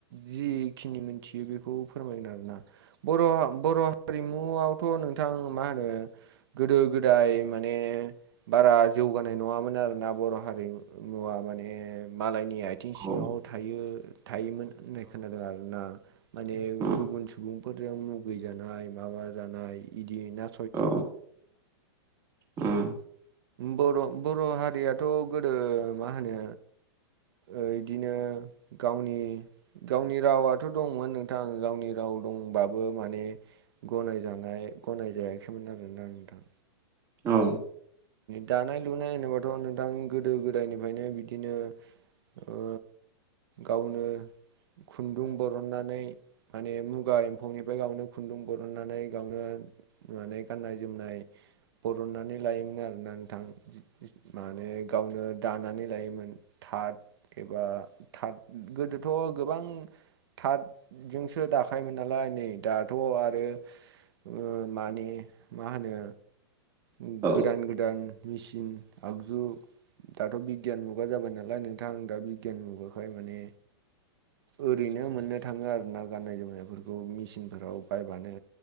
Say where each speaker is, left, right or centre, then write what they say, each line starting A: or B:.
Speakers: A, on the right (about 60°); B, on the right (about 20°).
A: जिखिनि मोनथियो बेखौ फोरमायगोन आरोना। बर' बर' हारिमुआवथ' नोंथां मा होनो गोदो गोदाय माने बारा जौगानाय नङामोन आरोना बर' हारिमुवा माने ने मालायनि आथिं सिङाव
B: औ
A: थायो थायोमोन होननाय खोन्थादों आरोना माने
B: औ
A: गुबुन सुबुं फोरजों मुगै जानाय माबा जानाय इदि ना
B: अ उम
A: बर' बर' हारियाथ' गोदो मा होनो ओ इदिनो गावनि गावनि रावाथ' दंमोन नोंथां गावनि राव दंबाबो माने गनायजानाय गनाय जायाखैमोन आरोना नोंथां।
B: औ
A: दानाय लुनाय होनोबाथ' नोंथां गोदो गोदायनिफ्रायनो बिदिनो ओ गावनो खुन्दुं बरननानै माने मुगा एम्फौनिफ्राय गावनो खुन्दुं बरननानै गावनो माने गाननाय जोमनाय बरननानै लायो। मोन आरोना नोंथां माने गावनो दानानै लायोमोन। थाथ एबा थाथ गोदोथ' गोबां थाथजोंसो दाखायोमोन नालाय नै दाथ' आरो ओ माने मा होनो उम
B: औ
A: गोदान मेचिन आगजु दाथ' बिगियान मुगा जाबाय नालाय नोंथां दा बिगियान मुगाखाय माने ओरैनो मोननो थाङो आरोना गाननाय- जोमनायफोरखौ मेचिनफोराव बायबानो।